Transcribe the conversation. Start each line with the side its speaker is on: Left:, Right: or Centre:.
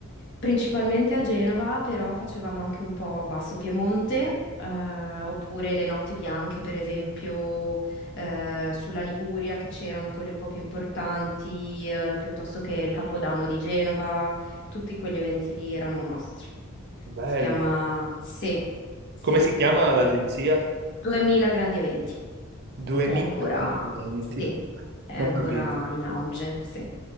Left: Principalmente a Genova, però facevamo anche un po' Basso Piemonte, eh, oppure le notti bianche, per esempio, eh, sulla Liguria, che c'erano quelle un po' più importanti, eh, piuttosto che il Capodanno di Genova, tutti quegli eventi lì erano nostri.
Right: Bello.
Left: Si chiama Se, Se,
Right: Come si chiama
Left: e
Right: l'agenzia?
Left: 2000 grandi eventi,
Right: 2020.
Left: è ancora, sì, è
Right: Ho
Left: ancora
Right: capito.
Left: in auge, sì.